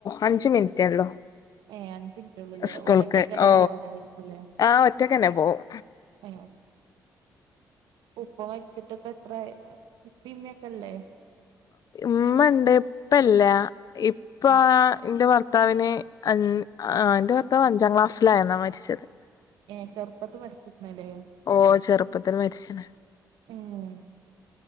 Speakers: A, on the left; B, on the right.
A: അഞ്ച് മിനിറ്റോള്
B: ഏഹ് അഞ്ച് മിനിറ്റുള്ളൂല്ലേ
A: സ്കൂൾക്ക്
B: ഓലൊറ്റക്കന്നെ
A: ഓ
B: പോവലായിരിക്കുംല്ലേ
A: ആ ഒറ്റക്കന്നെ പോകും
B: <unintelligible> ഉപ്പ മരിച്ചിട്ട് ഒക്കെ എത്രയി പിന്നേക്കല്ലേ
A: ഉംമ്മ ഉണ്ട് ഉപ്പല്ല ഇപ്പ
B: ഉം
A: എന്റെ ഭർത്താവിന് ആ എന്റെ ഭർത്താവ് അഞ്ചാം ക്ലാസ്സിലായിരുന്നാ മരിച്ചത്
B: ഏ ചെറുപ്പത്ത് മരിച്ചിരുന്നില്ലേ
A: ഓ ചെറുപ്പത്തിൽ മരിച്ചണ്
B: ഉം